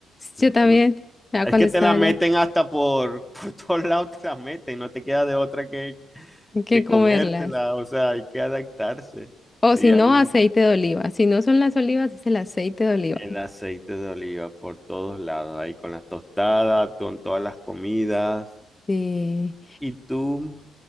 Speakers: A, on the left; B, in the centre.
A: Yo también,
B: Me,
A: ya
B: Es
A: cuando
B: que
A: estaba
B: te la
A: allá.
B: meten hasta por, <laughs> por todos lados, te la meten, no te queda de otra que,
A: Hay que
B: que comértela,
A: comerlas.
B: o sea, hay que adaptarse.
A: O
B: Sí,
A: si no,
B: a mí me
A: aceite
B: encanta.
A: de oliva. Si no son las olivas, es el aceite de oliva.
B: El aceite de oliva por todos lados, ahí con las tostadas, con todas las comidas.
A: Sí,
B: Y tú,